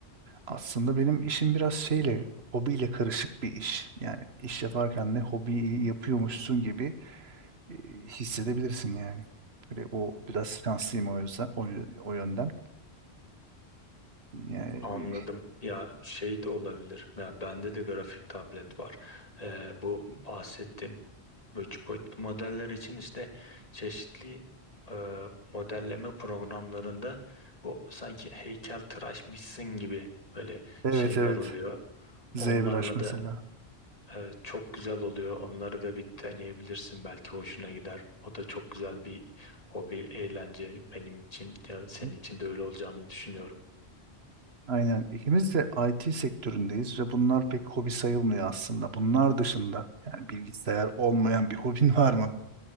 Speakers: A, on the right; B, on the left.
A: Aslında benim işim biraz şeyle, hobiyle karışık bir iş. Yani iş yaparken de hobiyi yapıyormuşsun gibi e, hissedebilirsin yani. Böyle o biraz şanslıyım o yüzden o, o yönden. Yani
B: Anladım. Ya şey de olabilir. Ya bende de grafik tablet var. Ee, bu bahsettiğim bu üç boyutlu modeller için işte çeşitli e, modelleme programlarında bu sanki heykeltıraşmışsın gibi böyle
A: e, evet
B: şeyler
A: evet.
B: oluyor. Onlarla
A: ZBrush mesela.
B: da Evet, çok güzel oluyor. Onları da bir deneyebilirsin. Belki hoşuna gider. O da çok güzel bir hobi, eğlence benim için. Ya senin
A: Hı hı.
B: için de öyle olacağını düşünüyorum.
A: Aynen. İkimiz de IT sektöründeyiz ve bunlar pek hobi sayılmıyor aslında. Bunlar dışında yani bilgisayar olmayan bir hobin <laughs> var mı?